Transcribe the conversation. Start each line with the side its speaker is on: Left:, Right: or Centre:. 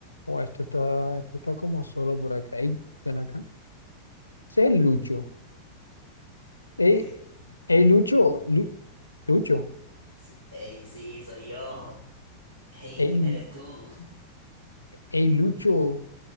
Left: Oh, esto está, esto está como solo por acá. Ey, ven acá. Ese es Lucho. Ey,
Right: Ey,
Left: ey, Lucho, Lu- Lucho.
Right: sí, ey, sí, soy yo. Hey,
Left: Ey,
Right: ¿quién eres tú?
Left: ey, Lucho,